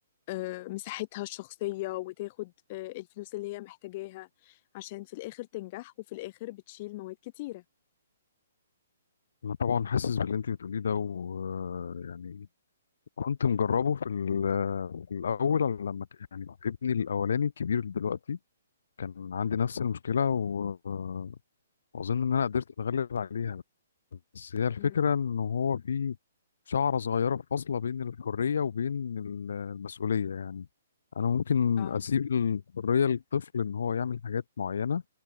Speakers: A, on the left; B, on the left.
A: آه، مساحتها الشخصية وتاخد آه، الفلوس اللي هي محتاجاها عشان في الآخر تنجح وفي الآخر بتشيل مواد كتيرة
B: انا طبعا حاسس باللي انت بتقوليه ده ويعني كنت مجربه في ال- في الاول لما ك- يعني ابني الاولاني الكبير دلوقتي كان عندي نفس المشكله و- آه، واظن ان انا قدرت اتغلب عليها بس هي الفكرة
A: مم.
B: إن هو في شعرة صغيرة فاصلة بين الحرية وبين ال- المسؤولية يعني أنا ممكن
A: اه
B: أسيب الحرية للطفل إن هو يعمل حاجات معينة